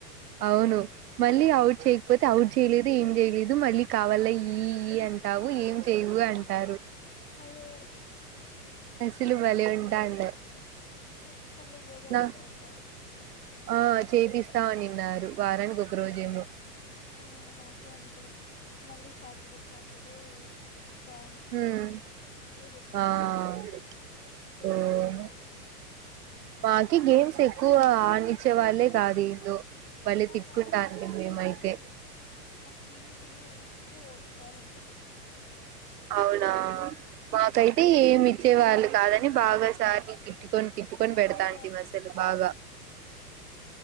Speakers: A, on the right; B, on the left.
A: అవును మళ్ళీ అవుట్ చేయకపోతే అవుట్ చేయలేదు ఏం చేయలేదు మళ్ళ కావల ఈ ఈ రావు ఏం చేయవు అంటారు
B: అదే
A: అసలు భలే ఉంటాండ
B: మీకు స్కూలో యోగా
A: నా
B: పెట్టేవాళ్ళ
A: ఆ చేపిస్తా ఉన్నిన్నారు వారానికి ఒక రోజు ఏయమ
B: ఆ మాకు అంతే మళ్ళీ సాటర్డే సాటర్డే డ్యాన్స్లు
A: మ్మ్
B: అవి పెట్టించేవాళ్ళు
A: ఆ ఏమో
B: ప్రతి సాటర్డే
A: మాకి గేమ్స్ ఎక్ క్కువ ఆడనిచ్చే వాళ్ళే కాదు ఏందో భలే
B: అవునా
A: తిట్కుంటాంటిమి మేమైతే
B: టీవీ వీక్కి ఒకసారుంటది
A: అవు నా మాకైతే ఏమి ఇచ్చే వాళ్ళు కాదని బాగాసార్ని తిట్టుకొని తిట్టుకొని పెడతాంటిమసలు
B: ఇంకా
A: అసలు బాగా